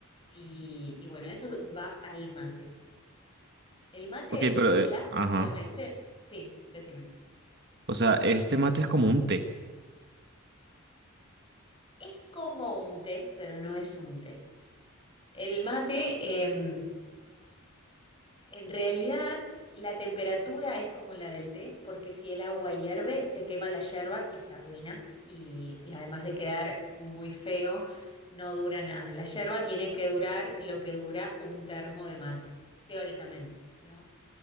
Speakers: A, on the left (about 25°); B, on the right (about 50°).
A: Y, y bueno, eso va al mate. El mate
B: Ok, pero...
A: clásicamente,
B: eh, ajá.
A: sí, decime.
B: O sea, este mate es como un té.
A: Es como un té, pero no es un té. El mate, em, en realidad, la temperatura es como la del té, porque si el agua hierve, se quema la yerba y se arruina. Y, y además de quedar muy feo, no dura nada. La yerba tiene que durar lo que dura un termo de mate, teóricamente, ¿no?